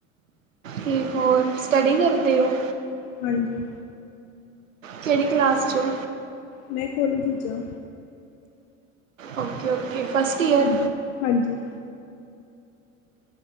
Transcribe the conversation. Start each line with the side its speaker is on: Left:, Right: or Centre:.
Right: ਕੇ ਹੋਰ ਸਟੱਡੀ ਕਰਦੇ ਹੋ
Left: ਹਾਂਜੀ।
Right: ਕਿਹੜੀ ਕਲਾਸ ਚੋਂ?
Left: ਮੈਂ ਕੋਲਜ ਵਿਚ ਆ।
Right: Okay -okay first year.
Left: ਹਾਂਜੀ ਹਾਂਜੀ।